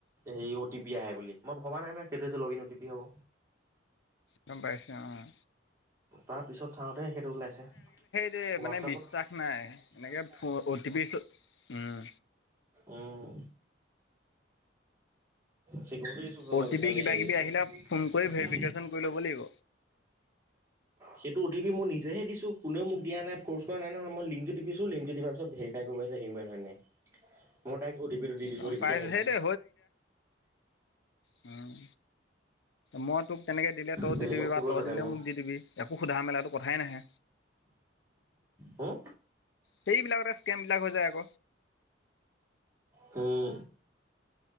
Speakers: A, on the right; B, on the left.
A: হেই অ টি পি আহে বুলি। মই ভবা নাই নহয় সেইটো যে log in O T P হব।
B: গম পাইছো অ'
A: তাৰ পিছত চাওঁতে সেইটো ওলাইছে।
B: যে
A: হোৱাটছআপত
B: মানে বিশ্বাস নাই।
A: মানে বিশ্বাস
B: এনেকে
A: নাই
B: ফো- অ টি পি ছ-, উম।
A: উম। চিকিয়ৰিটি ইছ্যু চব
B: অ'
A: আজিকালি।
B: টি পি কিবা কিবি আহিলে
A: অ টি পি কিবাকিবি
B: ফোন কৰি
A: আহিলে
B: ভেৰিফিকেশ্যন
A: মোক ফোন কৰি
B: ল'ব লাগিব।
A: সেইটো অ টি পি মই নিজেহে দিছোঁ। কোনেও মোক দিয়া নাই, ফৰ্চ কৰা নাই নহয়। মই লিংকটো টিপিছোঁ। লিংকটো টিপাৰ পিছত ভেৰিফাই কৰিব আহিছে হিউমেন হয় নে নাই। মই ডাইৰেক্ট অ টি পি টো দি দিছোঁ।
B: গম
A: অ টি
B: পাইছো
A: পিটো আহিছে।
B: সেইটোৱে হুম, মই তোক তেনেকৈ দিলে তইও
A: টেলিগ্ৰাম
B: দি দিবি বা
A: গ'লহেঁতেন
B: তই দিলে
A: মোৰ
B: মোক দি দিবি। একো সোধাতো মেলাটো কথাই নাহে।
A: হুম?
B: সেইবিলাকতে স্কেমবিলাক হৈ যায় আক'।
A: হুম।